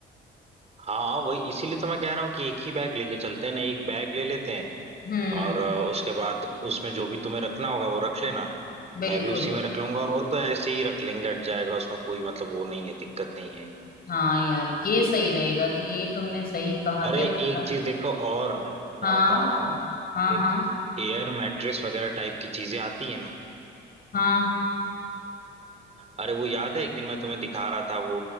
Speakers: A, on the right (about 35°); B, on the left (about 50°).
A: हाँ वही इसीलिए तो मैं कह रहा हूँ कि एक ही बैग लेके चलते हैं ना एक बैग ले लेते हैं
B: हम्म
A: और अ, उसके बाद उसमें जो भी तुम्हें रखना होगा वो रख लेना मैं
B: बिल्कुल
A: भी उसी में रख लूंगा और वो तो ऐसे ही रख लेंगे हट जाएगा उसमें कोई मतलब वो नहीं है दिक्कत नहीं है
B: हाँ यार ये सही रहेगा तो ये तुमने सही कहा
A: अरे
B: कि अपनी
A: एक
B: गाड़ी
A: चीज देखो और मैं
B: हाँ
A: बता रहा हूँ
B: हाँ
A: एक
B: हाँ
A: एयर मैट्रेस वगैरह टाइप की चीजें आती है ना
B: हाँ
A: अरे वो याद है एक दिन मैं तुम्हें दिखा रहा था वो